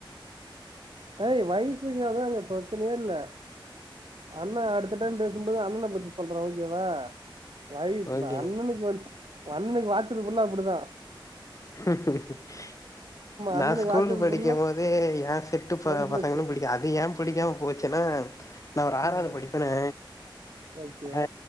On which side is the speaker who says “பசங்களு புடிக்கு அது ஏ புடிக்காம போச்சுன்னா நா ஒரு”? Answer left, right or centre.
Left